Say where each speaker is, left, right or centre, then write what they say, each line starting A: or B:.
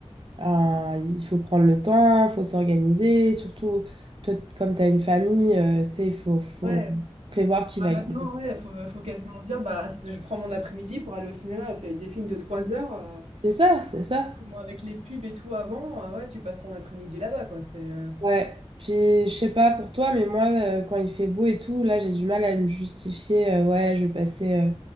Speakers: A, on the right; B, on the right.
A: euh, il faut prendre le temps, il faut s'organiser. Surtout, toi, comme tu as une famille, euh, tu sais, il faut, faut
B: Ouais,
A: prévoir qui
B: bah
A: va
B: maintenant,
A: gagner.
B: ouais, faut, faut quasiment se dire, bah, c'est- je prends mon après-midi pour aller au cinéma, parce qu'avec des films de 3 heures, euh,
A: C'est ça, c'est ça.
B: moi, avec les pubs et tout avant, euh, ouais, tu passes ton après-midi là-bas, quoi. C'est, euh,
A: Ouais. Puis, je sais pas pour toi, mais moi, euh, quand il fait beau et tout, là, j'ai du mal à me justifier. euh, ouais, je vais passer euh,